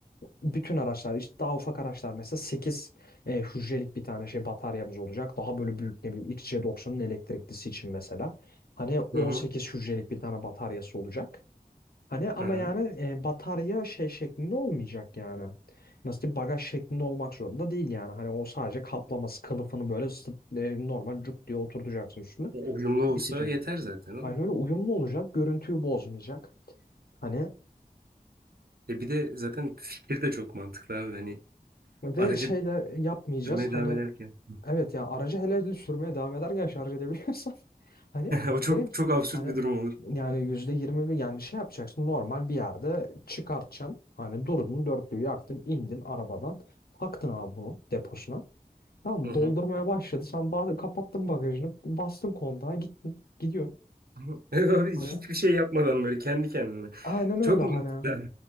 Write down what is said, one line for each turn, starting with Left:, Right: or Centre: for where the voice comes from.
Left: bütün araçlar işte daha ufak araçlar mesela 8 e, hücrelik bir tane şey bataryamız olacak. Daha böyle büyük ne bileyim XC90'ın elektriklisi için mesela. Hani on
Right: Hı hı.
Left: sekiz hücrelik bir tane bataryası olacak. Hani ama
Right: Hı hı.
Left: yani e, batarya şey şeklinde olmayacak yani. Nasıl diyeyim bagaj şeklinde olmak zorunda değil yani. Hani o sadece kaplaması kılıfını böyle sıt- e, normal cuk diye oturtacaksın üstüne.
Right: Ya, Uyumlu
Left: Bitecek.
Right: olsa yeter zaten ama.
Left: Aynı öyle uyumlu olacak, görüntüyü bozmayacak. Hani
Right: E bir de zaten fikir de çok mantıklı abi. Hani
Left: ve
Right: aracı
Left: şeyle yapmayacağız.
Right: Sürmeye
Left: Hani
Right: devam ederken. <laughs>
Left: evet ya aracı hele hele sürmeye devam ederken şarj edebiliyorsan <laughs> hani
Right: O çok
Left: direkt
Right: çok absürt
Left: hani
Right: bir durum olur.
Left: yani yüzde yirmi bir yani şey yapacaksın normal bir yerde çıkartacaksın. Hani durdun dörtlüğü yaktın indin arabadan taktın abi bunu deposuna. Tamam
Right: Hı hı.
Left: doldurmaya başladı. Sen ba- kapattın bagajını bastın kontağa gittin gidiyor.
Right: <laughs> Evet abi
Left: Hani
Right: hiçbir şey yapmadan böyle kendi kendine.
Left: aynen öyle
Right: Çok
Left: hani.
Right: mantıklı.